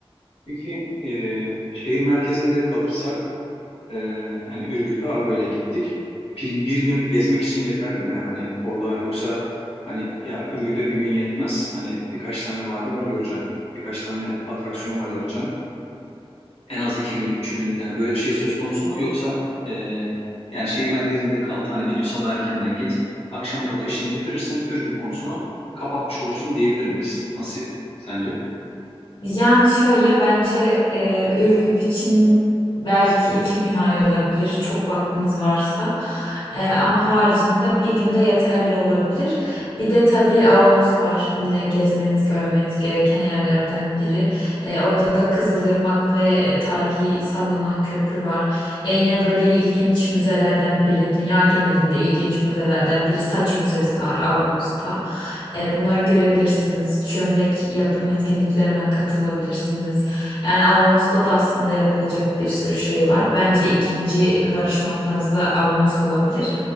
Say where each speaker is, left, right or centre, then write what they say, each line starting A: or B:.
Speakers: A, on the left; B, on the left.
A: Peki e, şehir merkezinde kalırsak e, hani Ürgüp'e arabayla gittik. Bir, bir gün gezmek için yeterli mi? Hani orada yoksa hani ya Ürgüp'e bir gün yetmez. Hani birkaç tane vadi var göreceksin. Birkaç tane atraksiyon var yapacaksın. En az iki gün, üç gün yani böyle bir şey söz konusu mu? Yoksa e, yani şehir merkezinde kal. Hani bir gün sabah erkenden git. Akşama kadar işini bitirirsin. Ürgüp konusunu kapatmış olursun diyebilir miyiz? Nasıl sence?
B: Yani şöyle bence e, Ürgüp için belki iki gün ayrılabilir çok vaktiniz varsa E, ama haricinde bir günde yeterli olabilir. Bir de tabii Avanos var yine gezmeniz görmeniz gereken yerlerden biri. E, orada da Kızılırmak ve tarihi sallanan köprü var. Ya yine böyle ilginç müzelerden biri dünya genelinde ilginç müzelerden biri saç müzesi var Avanos'ta. E, bunları görebilirsiniz. Çömlek yapım etkinliklerine katılabilirsiniz. Yani Avanos'ta da aslında yapılacak bir sürü şey var. Bence ikinci varış noktanız da Avanos olabilir.